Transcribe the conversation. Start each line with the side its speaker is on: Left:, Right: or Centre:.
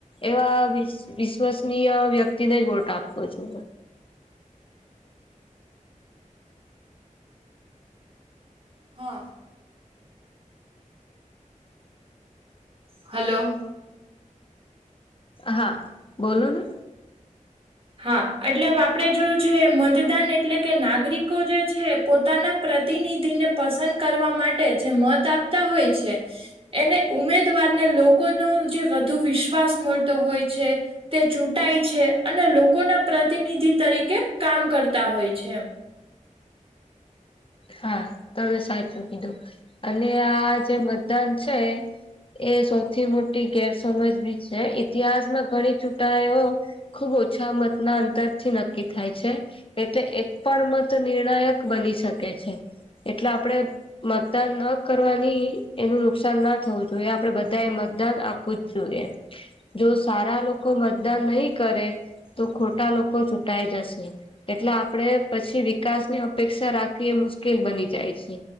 Left: એવા વિશ્વસનીય વ્યક્તિને જ વોટ આપો છો
Right: હા હલો
Left: હા બોલો ને
Right: હા એટલે આપડે જો છે મતદાન એટલે કે નાગરિકો જે છે પોતાના પ્રતિનિધિને પસંદ કરવા માટે જે મત આપતા હોય છે એને ઉમેદવારને લોકોનો જે વધુ વિશ્વાસ મળતો હોય છે તે ચૂંટાય છે અને લોકોના પ્રતિનિધિ તરીકે કામ કરતા હોય છે.
Left: હા તમે સાચું કીધું અને આ જે મતદાન છે એ સૌથી મોટી ગેરસમજ બી છે ઇતિહાસમાં ઘણી ચૂંટાયો ખુબ ઓછા મતના અંતરથી નક્કી થાય છે. એટલે એક પણ મત નિર્ણાયક બની શકે છે એટલે આપણેે મતદાન ન કરવાની એનું નુકસાન ના થવું જોઈએ આપડે બધા એ મતદાન આપ વુ જોઈએ સારા લોકો મતદાન નહી કરે તો ખોટા લોકો ચૂટાઈ જશે એટલે આપડે પછી વિકાસની અપેક્ષા રાખી થી એ મુશ્કેલ બની જાય છે.